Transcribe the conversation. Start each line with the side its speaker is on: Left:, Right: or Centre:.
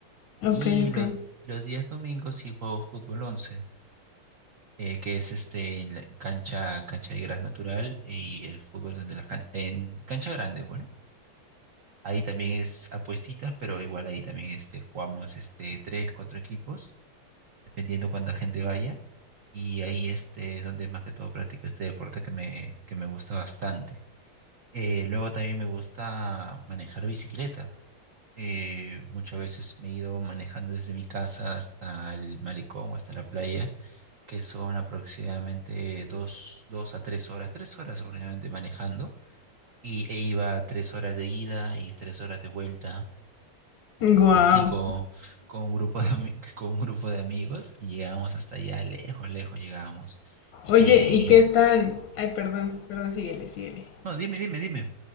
Left: ok,
Right: Y
Left: ok.
Right: los, los días domingos sí juego fútbol 11 eh, que es este, en la cancha, cancha de gras natural y el fútbol en, de la can- en cancha grande, bueno. Ahí también es apuestitas, pero igual ahí también este, jugamos este, tres, cuatro equipos, dependiendo cuánta gente vaya. Y ahí este, es donde más que todo practico este deporte que me, que me gusta bastante. Eh, luego también me gusta manejar bicicleta. Eh, muchas veces me he ido manejando desde mi casa hasta el malecón o hasta la playa, que son aproximadamente dos, dos a tres horas, tres horas aproximadamente manejando. Y e iba tres horas de ida y tres horas de vuelta
Left: Wow.
Right: Y así con, con un grupo de, ami- <laughs> con un grupo de amigos y llegábamos hasta allá, lejos, lejos llegábamos.
Left: Oye,
Right: Y
Left: ¿y qué tan... Ay, perdón, perdón, síguele, síguele.
Right: no, dime, dime, dime.